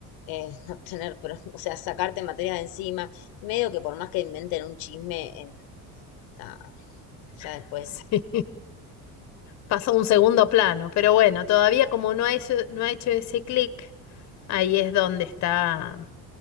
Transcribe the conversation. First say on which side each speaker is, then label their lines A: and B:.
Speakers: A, on the left; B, on the left.
A: eh, <laughs> no tener, pro- o sea, sacarte materias de encima. Medio que por más que inventen un chisme, en, nada, ya después.
B: <laughs> sí. pasó a un segundo plano, pero bueno, todavía como no ha hecho, no ha hecho ese clic, ahí es donde está,